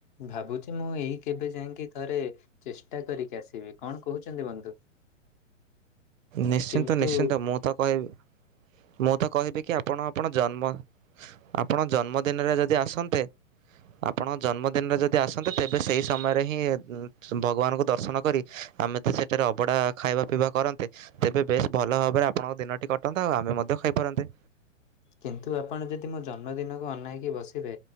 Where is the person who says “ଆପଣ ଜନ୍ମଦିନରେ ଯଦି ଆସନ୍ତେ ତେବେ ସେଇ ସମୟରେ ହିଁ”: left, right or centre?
Right